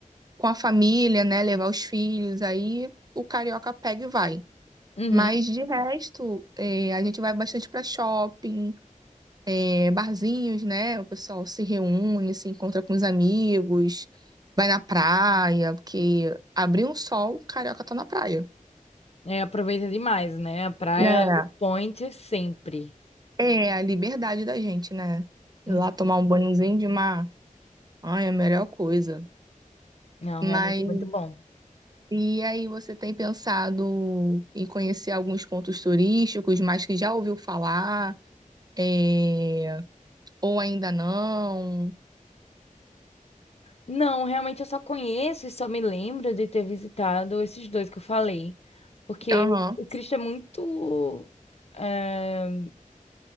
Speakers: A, on the right; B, on the left.
A: com a família, né? Levar os filhos, aí o carioca pega e vai.
B: uhum.
A: Mas de resto, é, a gente vai bastante para shopping, é, barzinhos, né? O pessoal se reúne, se encontra com os amigos, vai na praia, porque abrir um sol, o carioca tá na praia.
B: É, aproveita demais, né? A praia
A: É,
B: é o point sempre.
A: é a liberdade da gente, né?
B: Uhum.
A: Ir lá tomar um banhozinho de mar. Ai, é a melhor coisa.
B: Não,
A: Mas
B: realmente é muito bom.
A: e aí você tem pensado em conhecer alguns pontos turísticos, mas que já ouviu falar, é, ou ainda não?
B: Não, realmente eu só conheço e só me lembro de ter visitado esses dois que eu falei. Porque
A: Aham,
B: o Cristo é muito, eh,